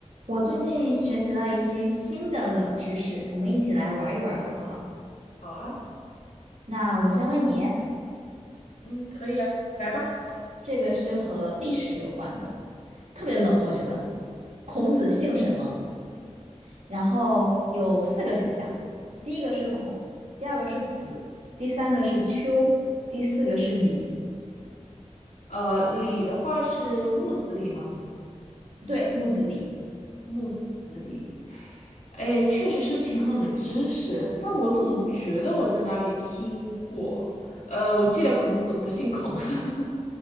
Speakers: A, on the right (about 70°); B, on the left (about 85°).
A: 我最近学习了一些新的冷知识，我们一起来玩一玩好不好？
B: 好啊，
A: 那我先问你，
B: 嗯，可以啊，来吧。
A: 这个是和历史有关的，特别冷，我觉得。孔子姓什么？然后有四个选项，第一个是孔，第二个是子，第三个是丘，第四个是李。
B: 呃，李的话是木子李吗？
A: 对，木子李。
B: 木子李，哎，确实是挺冷的知识，但我总觉得我在哪里听过。呃，我记得孔子不姓孔，<laughs>